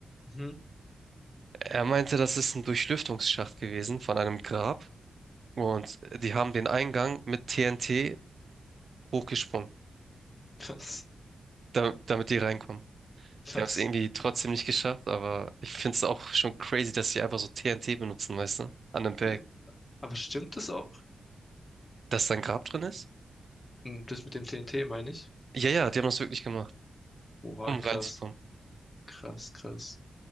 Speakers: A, on the left (about 35°); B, on the right (about 60°).
A: mhm.
B: Er meinte, das ist ein Durchlüftungsschacht gewesen von einem Grab und die haben den Eingang mit TNT hochgesprungen,
A: Krass,
B: da, damit die reinkommen.
A: krass.
B: Die haben es irgendwie trotzdem nicht geschafft, aber ich finde es auch schon crazy, dass sie einfach so TNT benutzen, weißt du, an einem Berg,
A: Die- Aber stimmt das auch?
B: dass da ein Grab drin ist.
A: Hm, Das mit dem TNT meine ich?
B: Ja, ja, die haben das wirklich gemacht,
A: Oha,
B: um
A: krass,
B: reinzukommen.
A: krass, krass.